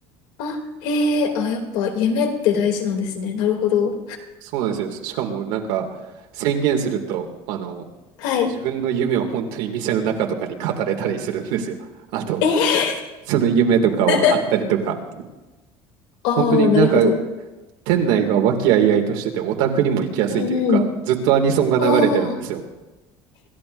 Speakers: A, on the left; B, on the right.
A: あ、へえ、あ、やっぱ夢って大事なんですね。なるほど。
B: そうなんですよ。しかも、なんか、宣言すると、あの、
A: はい。
B: 自分の夢を本当に店の中とかに語れたりするんですよ。あと、
A: え、
B: その夢とかを貼ったりとか、
A: <laughs> ああ、
B: 本当になんか
A: なるほど。
B: 店内が和気あいあいとしてて、オタクにも行きやすいというか、
A: うんうん。
B: ずっとアニソンが流れてるんですよ。
A: ああ、